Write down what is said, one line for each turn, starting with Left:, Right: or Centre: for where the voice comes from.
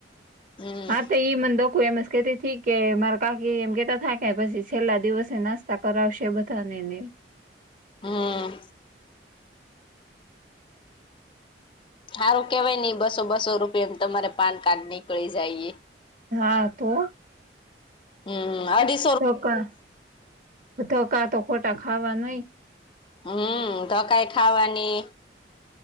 Left: હમ
Right: હા તો ઈ દકુ એમ જ કેતી થી કે મરકા કે એમ કેતા થાક પછી છેલ્લા દિવસે નાસ્તા કરાવશે બધાને ને
Left: હમ સારું કેવાય ને ઈ બસો બસો રૂપિયા એમ તમારે પાન કાર્ડ નીકળી જાયએ
Right: હા તો
Left: હમ અઢી
Right: ધકા, ધકા તો ખોટા ખાવા નય
Left: હમ ધકાઈ ખાવાની